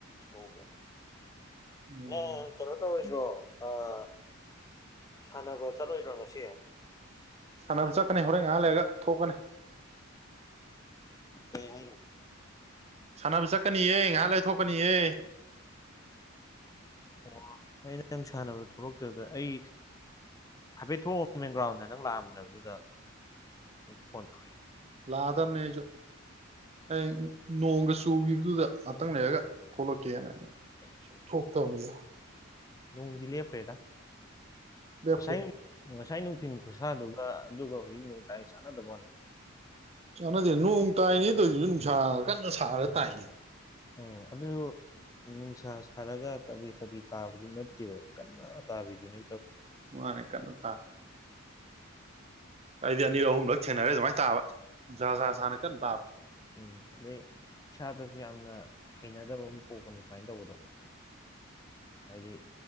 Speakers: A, on the left; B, on the right.
A: ꯁꯧꯕ
B: ꯎꯝ
A: ꯅꯪ ꯀꯩꯅꯣ ꯇꯧꯔꯣꯏꯗ꯭ꯔꯣ ꯑꯥ ꯁꯥꯟꯅꯕ ꯆꯠꯂꯣꯏꯗ꯭ꯔꯣ ꯉꯁꯤ
B: ꯁꯥꯟꯅꯕ ꯆꯠꯀꯅꯤ ꯍꯣꯔꯦꯟ ꯉꯥꯏꯍꯥꯛ ꯂꯩꯔꯒ ꯊꯣꯛꯀꯅꯤ
A: ꯀꯩ ꯍꯥꯏꯅꯣ
B: ꯁꯥꯟꯅꯕ ꯆꯠꯀꯅꯤꯍ ꯉꯥꯏꯍꯥꯛ ꯂꯩꯊꯣꯛꯀꯅꯤꯌꯦ
A: ꯑꯣ ꯑꯩꯅ ꯅꯪ ꯁꯥꯟꯅꯕ ꯊꯣꯛꯂꯛꯇꯕꯗ ꯑꯩ ꯍꯥꯏꯐꯦꯠ ꯊꯣꯛ ꯃꯦꯟꯒ꯭ꯔꯥꯎꯟꯗ ꯅꯪ ꯂꯥꯛꯑꯝꯗꯕꯗꯨꯗ ꯐꯣꯟ ꯇꯧꯔꯛꯏꯅꯦ
B: ꯂꯥꯛꯑꯗꯝ ꯅꯦ ꯑꯩꯁꯨ ꯑꯩ ꯅꯣꯡꯒ ꯆꯨꯈꯤꯕꯗꯨꯗ ꯉꯥꯛꯇꯪ ꯂꯩꯔꯒ ꯊꯣꯛꯂꯛꯀꯦꯅ ꯑ ꯊꯣꯛꯇꯝꯅꯤꯗ
A: ꯅꯣꯡꯗꯤ ꯂꯦꯞꯈ꯭ꯔꯦꯗ
B: ꯂꯦꯞꯈ꯭ꯔꯦ
A: ꯉꯁꯥꯏ ꯉꯁꯥꯏ ꯅꯨꯡꯊꯤꯟ ꯈꯨꯠꯁꯥꯗꯨꯒ ꯑꯗꯨꯒ ꯍꯧꯖꯤꯛ ꯅꯣꯡ ꯇꯥꯏ ꯆꯥꯟꯅꯗꯕ꯭ꯋꯥꯅꯦ
B: ꯆꯥꯟꯅꯗꯦ ꯅꯣꯡ ꯇꯥꯏꯅꯤ ꯇꯩꯏꯗꯨꯁꯨ ꯅꯨꯡꯁꯥ ꯀꯟꯅ ꯁꯥꯔꯒ ꯇꯥꯏꯅꯦ
A: ꯑꯣ ꯑꯗꯨꯁꯨ ꯅꯨꯡꯁꯥ ꯁꯥꯔꯒ ꯇꯞꯕꯤ ꯇꯞꯕꯤ ꯇꯥꯕꯗꯨ ꯅꯠꯇꯦꯕ ꯀꯟꯅ ꯇꯥꯕꯤꯗꯨꯅꯦ
B: ꯃꯥꯅꯤ ꯀꯟꯅ ꯇꯥ ꯑꯩꯗꯤ ꯑꯅꯤꯔꯛ ꯑꯍꯨꯝꯂꯛ ꯊꯦꯡꯅꯔꯦ ꯑꯗꯨꯃꯥꯏꯅ ꯇꯥꯕ ꯅꯨꯡꯁꯥ ꯁꯥ ꯁꯥꯅ ꯀꯟꯅ ꯇꯥꯕ
A: ꯎꯝ ꯑꯩ ꯏꯁꯥꯗꯁꯨ ꯌꯥꯝꯅ ꯍꯩꯅꯗꯕ ꯑꯝ ꯄꯣꯛꯄꯅꯦ ꯁꯨꯃꯥꯏ ꯇꯧꯕꯗꯣ ꯍꯥꯏꯗꯤ